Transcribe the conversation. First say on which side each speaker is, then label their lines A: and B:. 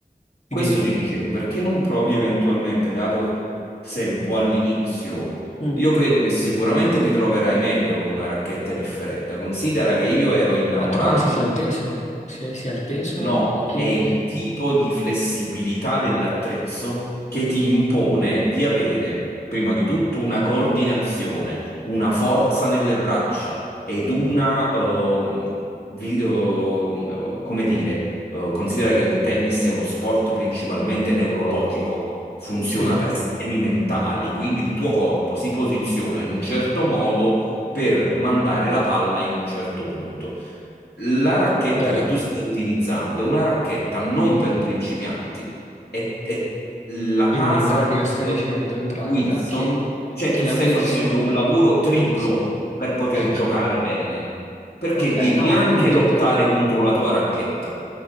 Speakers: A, on the left; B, on the left.
A: Questo
B: ti dico.
A: ti dicevo, perché non provi eventualmente, dato che sei un po' all'inizio?
B: Mm.
A: Io credo che sicuramente ti troverai meglio con una racchetta differente. Considera che io ero innamorato.
B: Ma tu pensi sia il peso? Sia, sia il peso
A: No,
B: che...
A: è il tipo di flessibilità dell'attrezzo che ti impone di avere, prima di tutto, una coordinazione, una forza nelle braccia ed una, ehm, vi- ehm, eh, come dire, eh, considera che il tennis è uno sport principalmente neurologico, funziona
B: Sì,
A: per schemi mentali, quindi il tuo corpo si posiziona in un certo modo per mandare la palla in un certo punto. La racchetta
B: vero.
A: che tu stai utilizzando è una racchetta non per principianti, è, è la
B: Quindi
A: casa
B: in pratica stai
A: eh,
B: dicendo, in pratica,
A: Wilson,
B: che,
A: cioè
B: che
A: tu
B: la
A: stai
B: Wilson...
A: facendo un lavoro triplo
B: Sì,
A: per poter
B: ecco.
A: giocare bene, perché
B: Ok,
A: devi
B: Eh no,
A: anche
B: appunto,
A: lottare
B: bravo.
A: contro la tua racchetta,